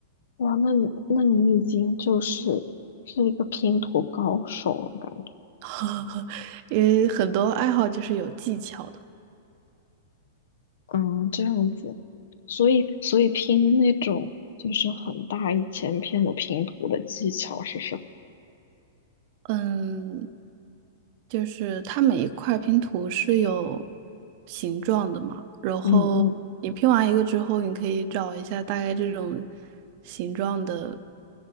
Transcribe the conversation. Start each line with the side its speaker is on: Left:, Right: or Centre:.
Left: 哇，那你那你已经就是是一个拼图高手了，感觉。
Right: <laughs> 因为很多爱好就是有技巧的。
Left: 嗯，这样子，所以所以拼那种就是很大一千片的拼图的技巧是什么？
Right: 嗯，就是它每一块拼图是有形状的嘛，然后你拼完一个之后，
Left: 嗯嗯
Right: 你可以找一下大概这种形状的，